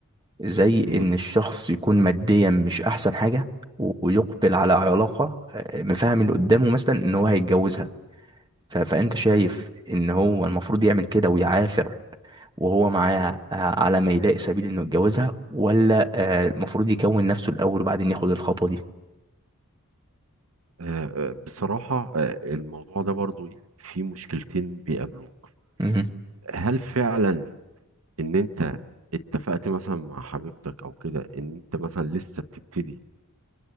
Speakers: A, on the right (about 20°); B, on the right (about 70°).
A: زي
B: مم.
A: ان الشخص يكون ماديا مش احسن حاجة و- ويقبل على علاقة آه، مفهم اللي قدامه مثلا ان هو هيتجوزها ف- فانت شايف ان هو المفروض يعمل كده ويعافر وهو معاها آه، على ما يلاقي سبيل انه يتجوزها ولا آه، المفروض يكون نفسه الاول وبعدين ياخد الخطوة دي
B: آه، آه، بصراحة آه، الموضوع ده برضو ايه في مشكلتين بيقابلوك
A: مهم.
B: هل فعلا ان انت اتفقت مثلا مع حبيبتك او كده ان انت مثلا لسه بتبتدي